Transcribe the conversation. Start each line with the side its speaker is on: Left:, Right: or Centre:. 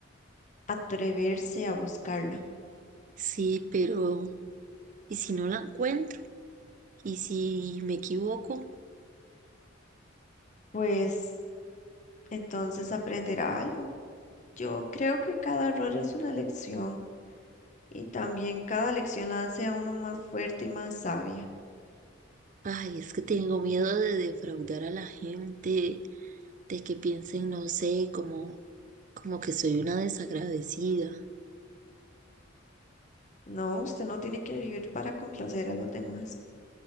Left: atreverse a buscarla,
Right: Sí, pero ¿y si no la encuentro? ¿Y si me equivoco?
Left: pues entonces aprenderá algo. Yo creo que cada error es una lección. Y también cada lección la hace a uno más fuerte y más sabia.
Right: Ay, es que tengo miedo de defraudar a la gente, de que piensen, no sé, como, como que soy una desagradecida.
Left: No, usted no tiene que vivir para complacer a los demás.